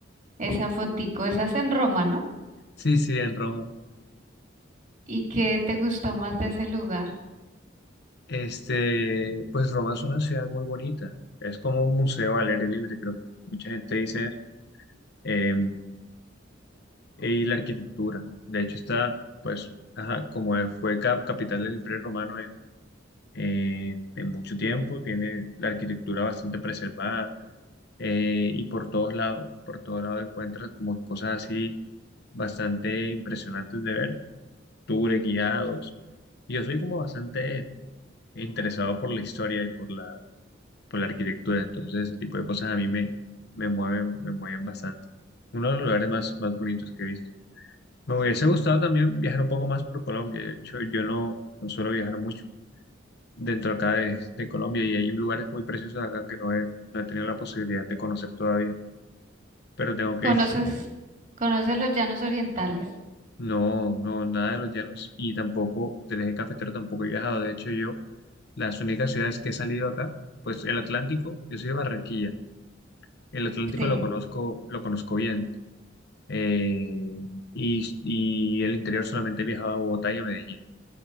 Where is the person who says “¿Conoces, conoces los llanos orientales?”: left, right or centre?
Right